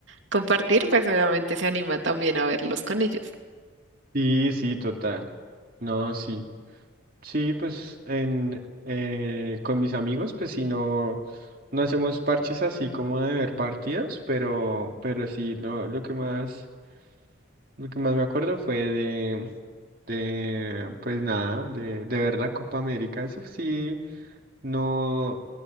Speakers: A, on the right; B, on the right.
A: compartir, pues obviamente se anima también a verlos con ellos.
B: Sí, sí, total. No, sí. Sí, pues en eh, con mis amigos, pues si no, no hacemos parches así como de ver partidos, pero, pero sí lo, lo que más, lo que más me acuerdo fue de, de pues nada, de, de ver la Copa América. Eso sí, no,